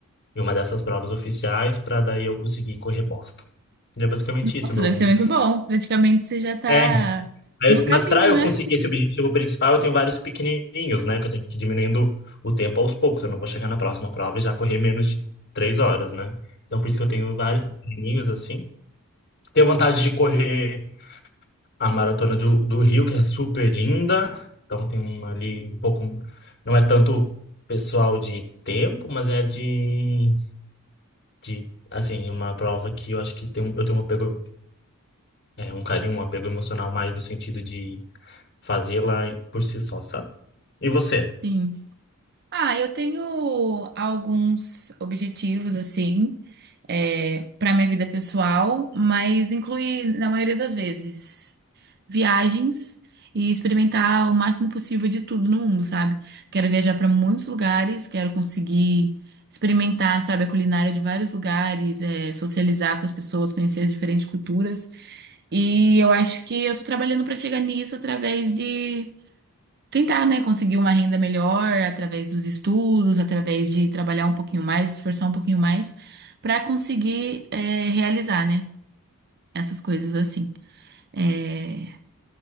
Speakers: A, on the left (about 50°); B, on the right (about 45°).
A: em uma dessas provas oficiais, para daí eu conseguir correr Boston. E é basicamente isso,
B: Nossa,
A: meu.
B: deve ser muito bom. Praticamente você já tá
A: É, é,
B: no caminho,
A: mas para eu
B: né?
A: conseguir esse objetivo principal, eu tenho vários pequenininhos, né? Que eu tenho que ir diminuindo o tempo aos poucos. Eu não vou chegar na próxima prova e já correr menos de três horas, né? Então, por isso que eu tenho vários pequenininhos, assim. Tenho vontade de correr. a maratona do, do Rio, que é super linda. Então tem uma ali um pouco. Não é tanto pessoal de tempo, mas é de, de assim, uma prova que eu acho que tem, um- eu tenho um apego, é, um carinho, um apego emocional mais no sentido de fazê-la por si só, sabe? E você?
B: Sim. Ah, eu tenho alguns objetivos, assim, é, para minha vida pessoal, mas inclui, na maioria das vezes, viagens e experimentar o máximo possível de tudo no mundo, sabe? Quero viajar para muitos lugares, quero conseguir experimentar, sabe, a culinária de vários lugares, é, socializar com as pessoas, conhecer as diferentes culturas. E eu acho que eu tô trabalhando para chegar nisso através de tentar, né, conseguir uma renda melhor através dos estudos, através de trabalhar um pouquinho mais, esforçar um pouquinho mais, para conseguir é, realizar, né, essas coisas assim. É,